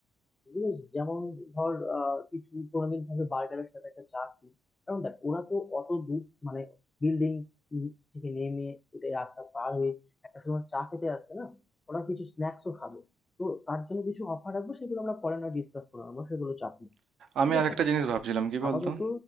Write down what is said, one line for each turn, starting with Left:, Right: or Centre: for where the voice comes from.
Left: বুঝেছিস? যেমন ধর আহ, কিছু কোনোদিন থাকবে বার্গারের সাথে একটা চাটনি কারণ দেখ ওরা তো অত দূর মানে বিল্ডিং থেকে নেমে এটা রাস্তা পার হয়ে একটা সময় চা খেতে আসছে না ওরা কিছু স্ন্যাক্সও খাবে তো তার জন্য কিছু অফার রাখবো সেগুলো আমরা পরে না ডিসকাস করে নেবো সেগুলো চাপ নেই
Right: আমি
Left: ঠিক
Right: আরেকটা
Left: আছে
Right: জিনিস ভাবছিলাম কি বলতো
Left: আপাতত